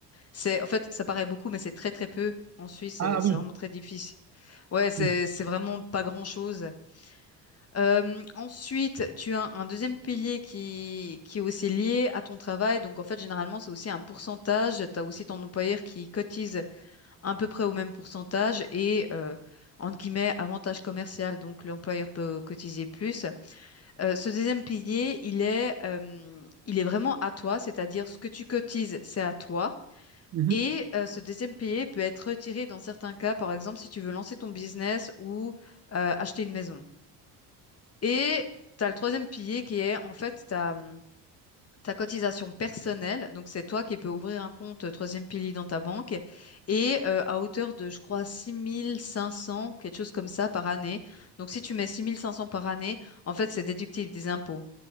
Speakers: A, on the left (about 30°); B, on the right (about 30°).
A: C'est, en fait, ça paraît beaucoup, mais c'est très très peu. En Suisse, c'est
B: Ah
A: c'est
B: oui.
A: vraiment très difficile. Ouais, c'est
B: Mhm.
A: c'est vraiment pas grand-chose. Euh, ensuite, tu as un deuxième pilier qui, qui est aussi lié à ton travail. Donc, en fait, généralement, c'est aussi un pourcentage. Tu as aussi ton employeur qui cotise à peu près au même pourcentage et, euh, entre guillemets, avantage commercial. Donc, l'employeur peut cotiser plus. Euh, ce deuxième pilier, il est, euh, il est vraiment à toi, c'est-à-dire ce que tu cotises, c'est à toi.
B: Mhm.
A: Et euh, ce deuxième pilier peut être retiré dans certains cas, par exemple, si tu veux lancer ton business ou euh, acheter une maison. Et tu as le troisième pilier qui est en fait ta, hum, ta cotisation personnelle. Donc c'est toi qui peux ouvrir un compte euh, troisième pilier dans ta banque et euh, à hauteur de, je crois, 6500 quelque chose comme ça par année. Donc si tu mets 6500 par année, en fait c'est déductible des impôts.